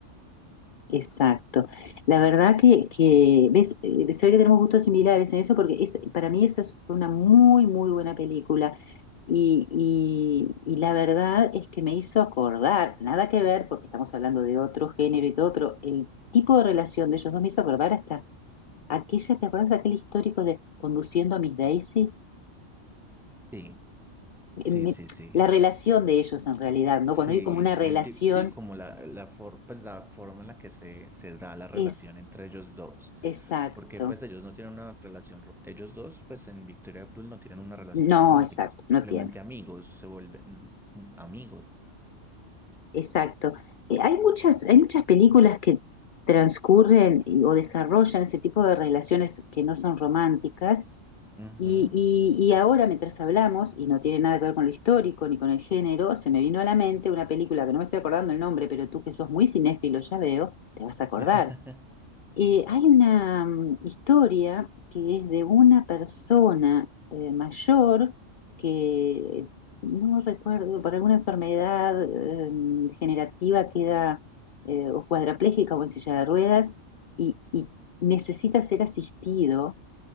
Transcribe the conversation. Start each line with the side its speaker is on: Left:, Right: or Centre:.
Left: Exacto. La verdad que, que ves, Eh, se ve que tenemos gustos similares en eso porque es, para mí esa fue una muy, muy buena película y, y, y la verdad es que me hizo acordar, nada que ver porque estamos hablando de otro género y todo, pero el tipo de relación de ellos dos me hizo acordar hasta aquella, ¿te acuerdas de aquel histórico de Conduciendo a Miss Daisy?
Centre: Sí,
Left: Eh,
Centre: sí,
Left: me-
Centre: sí, sí.
Left: la relación de ellos en realidad, ¿no?
Centre: Sí,
Left: Cuando hay como una relación
Centre: el tip, sí, como la, la, for- pues, la forma en la que se, se da la relación
Left: es
Centre: entre ellos dos.
Left: exacto.
Centre: Porque pues ellos no tienen una relación, ro- ellos dos, pues en Victoria y Abdul no tienen una relación
Left: No,
Centre: romántica,
Left: exacto,
Centre: son simplemente
Left: no tiene.
Centre: amigos, se vuelven mm, amigos.
Left: Exacto. Eh, Hay muchas, hay muchas películas que transcurren y- o desarrollan ese tipo de relaciones que no son románticas.
Centre: Ujú.
Left: Y, y- y ahora, mientras hablamos, y no tiene nada que ver con lo histórico ni con el género, se me vino a la mente una película que no me estoy acordando el nombre, pero tú que sos muy cinéfilo, ya veo, te vas a acordar.
Centre: <laughs>
Left: Eh, hay una mm, historia que es de una persona eh, mayor que no recuerdo, por alguna enfermedad eh, mm, degenerativa queda eh, o cuadraplégica o en silla de ruedas y, y necesita ser asistido